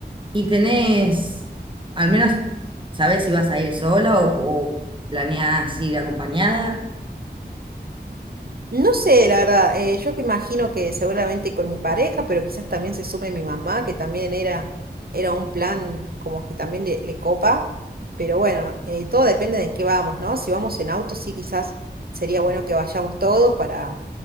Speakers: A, on the right; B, on the right.
A: y tenés, al menos sabés si vas a ir sola o, o planeás ir acompañada.
B: No sé, la verdad, eh, yo que imagino que seguramente con mi pareja, pero quizás también se sume mi mamá, que también era, era un plan como que también le, le copa, pero bueno, eh, todo depende de en qué vamos, ¿no? Si vamos en auto, sí, quizás sería bueno que vayamos todos para,